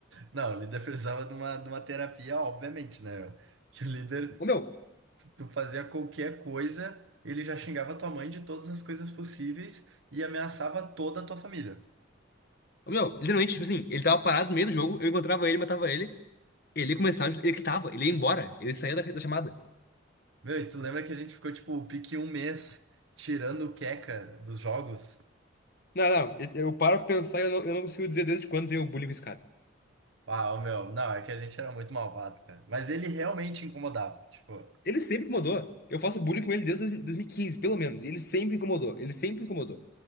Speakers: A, on the right; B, on the left.
A: Não, o líder precisava de uma, de uma terapia, obviamente, né? Que o líder,
B: Ô, meu,
A: tu fazia qualquer coisa, ele já xingava tua mãe de todas as coisas possíveis e ameaçava toda a tua família.
B: Meu, literalmente, tipo assim, ele tava parado no meio do jogo, eu encontrava ele, matava ele, ele começava, ele quitava, ele ia embora, ele saía da, da chamada.
A: Meu, e tu lembra que a gente ficou, tipo, o pique um mês tirando o Keka dos jogos?
B: Não, não, esse- eu paro pra pensar e eu não, eu não consigo dizer desde quando veio o bullying com esse cara.
A: Uau, meu, não, é que a gente era muito malvado, cara. Mas ele realmente incomodava. Tipo,
B: Ele sempre incomodou. Eu faço bullying com ele desde dois- 2015, pelo menos. E ele sempre incomodou. Ele sempre incomodou.